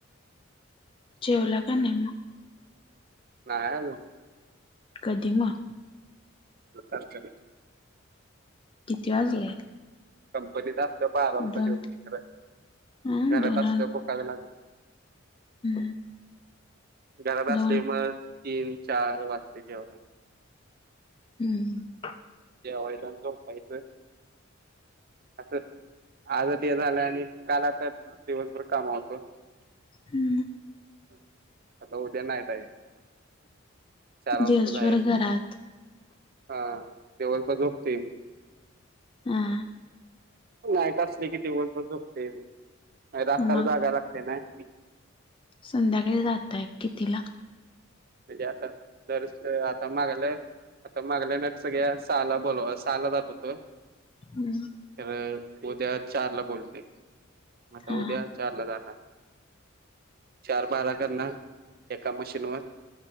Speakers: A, on the left; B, on the right.
A: जेवला का नाही मग?
B: नाय अजून.
A: कधी म?
B: काल.
A: किती वाजले?
B: कंपनीत असल्यावर बारा वाजता
A: दोन
B: जेवतो खर
A: ह
B: घरात
A: दोन
B: असल्यावर
A: वाज
B: भुकाबी लागत नाही.
A: <inaudible>
B: घरात असले
A: दोन
B: मग तीन चार वाचते जेवायला.
A: हम्म.
B: जेवायला आणि झोपायचं असंच. आज ते झालं आणि काल आता दिवसभर कामाव होतो. <inaudible>
A: हम्म
B: आता उद्या नाईट हाय चार वाजताच
A: दिवसभर
B: जायचं
A: घरात
B: उद्या. हा दिवसभर झोपतोय मी.
A: हा.
B: नाईट असली की दिवसभर झोपतोय मी रास्ताला
A: मग
B: जागा लागते नाही.
A: संध्याकाळी जाताय कितीला?
B: म्हणजे आता तर आता मागाला. आता मागल्या ना सगळ्या सहाला बोल सहाला जात होत.
A: हम्म.
B: तर उद्या चारला बोलतोय, म आता
A: हा
B: उद्या चार ला जाणार. चार बारा करनार एका मशीन वर.